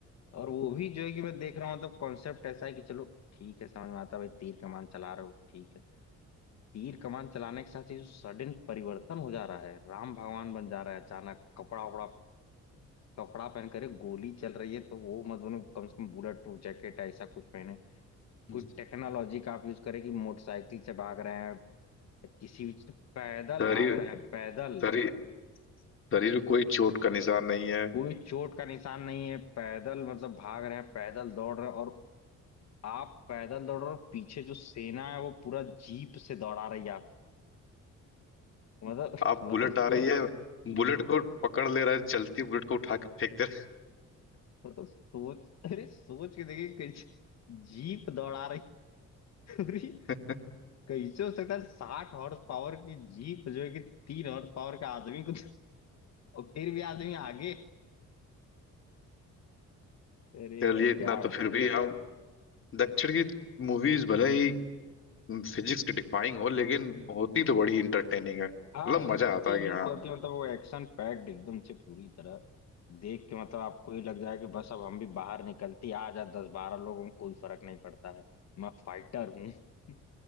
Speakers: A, on the left; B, on the left.
A: और वो भी जो है कि मैं देख रहा हूँ मतलब कॉन्सेप्ट ऐसा है कि चलो ठीक है समझ में आता है भाई तीर कमान चला रहे हो ठीक है तीर कमान चलाने के साथ ही जो सडन परिवर्तन हो जा रहा है राम भगवान बन जा रहा है अचानक कपड़ा वपड़ा पे- कपड़ा पहन कर गोली चल रही है तो वो मत बनो कम से कम बुलेट प्रूफ जैकेट ऐसा कुछ पहने
B: गए
A: कुछ टेक्नोलॉजी का आप यूज करें कि मोटरसाइकिल से भाग रहे हैं या किसी भी चीज़- से, पैदल
B: शरीर
A: भाग रहे हैं पैदल
B: शरीर शरीर में कोई चोट का निशान नहीं है
A: कोई चोट का निशान नहीं है पैदल मतलब भाग रहे हैं पैदल दौड़ रहे हैं और आप पैदल दौड़ रहे हो और पीछे जो सेना है वो पूरा जीप से दौड़ा रही है आप मतलब
B: आप
A: मतलब
B: बुलेट
A: सो
B: आ रही है बुलेट को पकड़ ले रहे चलती बुलेट को उठा के फेंक दे
A: मतलब सोच अरे सोच के देखिए कैसे जीप दौड़ा रही है। अरे
B: रहे
A: कैसे हो सकता है साठ हॉर्स पावर की जीप जो है कि तीन हॉर्स पावर का आदमी को और फिर भी आदमी आगे
B: <laughs>
A: अरे
B: चलिए
A: यार
B: इतना
A: क्या
B: तो
A: बताए
B: फिर भी हम दक्षिण की मूवीज भले ही फिजिक्स की डिफाइंग हो लेकिन होती तो बड़ी इंटरटेनिंग है मतलब
A: हाँ इंटरटेनिंग
B: मजा आता है कि हाँ
A: तो होती है मतलब वो एक्शन पैक्ड एकदम से पूरी तरह देख के मतलब आपको ये लग जाए कि बस अब हम भी बाहर निकलती आ जा दस बारह लोगों को कोई फर्क नहीं पड़ता है मैं फाइटर हूँ <laughs>